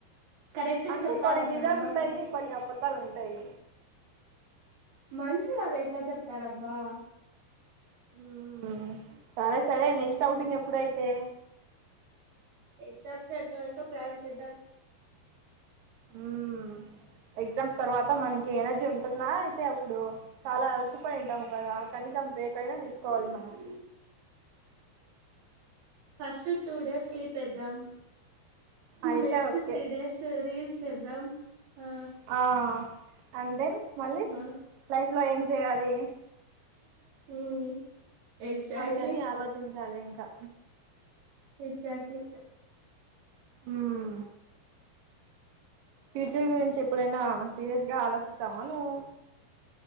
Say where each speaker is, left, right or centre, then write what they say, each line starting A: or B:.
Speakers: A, on the right; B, on the right.
A: కరెక్ట్‌గా
B: అంటే
A: చెప్తావన్న
B: కొన్ని నిజాలుంటాయి
A: నమ్మకం.
B: కొన్నీ అబద్ధాలుంటాయి
A: మనుషులు అదెట్లా చెప్తారబ్బా
B: ఉమ్ సరే సరే నెస్ట్ ఔటింగ్ ఎప్పుడైతే
A: <unintelligible> ప్లాన్ చేద్దాం
B: ఉమ్ ఎగ్జామ్స్ తర్వాత మనకి ఎనర్జీ ఉంటుందా అయితే అప్పుడు చాలా అలసిపోయింటాము కదా కనీసం రేకైనా తీసుకోవాలి మనం
A: ఫస్ట్ టూ డేస్ స్లిపేద్దాం.
B: అయితే
A: next
B: okay
A: three days reels చేద్దాం ఆ
B: ఆ అండ్ దెన్ మళ్ళీ
A: ఆ!
B: లైఫ్ లో ఏం చేయాలి
A: హ్మ్. ఎగ్జాక్ట్‌లీ.
B: అవి అన్నీ ఆలోచించాలింకా
A: ఎక్జాక్ట్లీ
B: ఉమ్ ఫ్యూచర్ గురించి ఎప్పుడైనా సీరియస్ గా ఆలోచిస్తావా నువ్వు